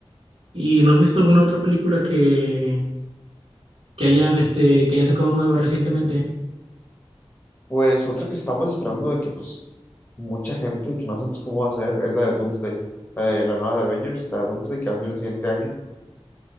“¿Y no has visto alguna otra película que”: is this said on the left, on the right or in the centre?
Right